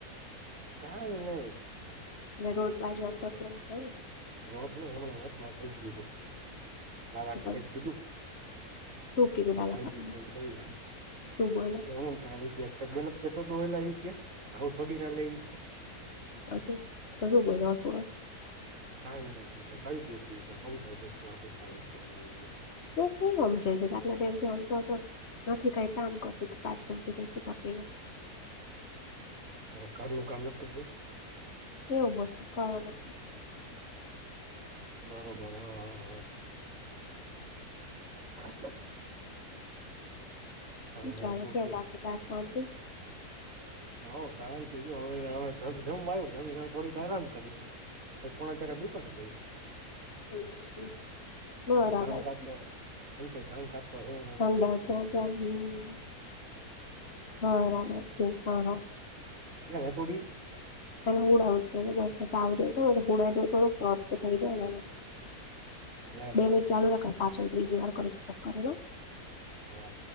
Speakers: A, on the right; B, on the left.
A: કઈ નહી.
B: એટલે રોજ બાજવાનું <unintelligible> છે.
A: રત ન હમણાં હછમાં થઈ ગયું. નાદા
B: ને
A: કે કંઈક <unintelligible>
B: શું કીધું લાલા
A: ભાઈ
B: કાકા
A: જી પ બોયલા.
B: શું બોયલા
A: હું કાની ક શબ્દ નથી કેતો હતો એ લઈ કે આવું થોડી ના લઈ કે
B: પછી ક શું બોલ સુરત
A: ક ન કઈ દેશમ જાય દેશમાં ક
B: શું શું સમજાય છે આટલા ટાઈમથી સમજાવતો નથી કઈ કામ કરતી કજ કરતી તો શું કરતી
A: ઘરનું કર નથ કરતી
B: એવું બધું કરવા
A: બરોબર હા હા હા અચ્છા
B: શુ
A: નહી
B: ચાલે
A: તું
B: <unintelligible>
A: કે
B: બધા શોન્તી
A: હ શાંતિ જો હવે અઇયા જમવા આવ્યું જમીને હ થોડીક આરામ કરીયે પોણા ચ્યારે દુકાને જઈશ
B: હ બરાબર
A: આમ તો કામકાજ તો <unintelligible>
B: ઠંડા
A: કાંઈ એવું કઈ
B: હમ્મ <unintelligible> હા હા.
A: ક્યાં હ થડી
B: અને હુડ આવ થ બસ તો આવજો છો તો હુડ તો થોડુંક તરકું થઈ જાય ને
A: લે
B: બે મિનિટ ચાલુ રાખે પાછળ ત્રીજી વાર કરુટ કરે
A: હા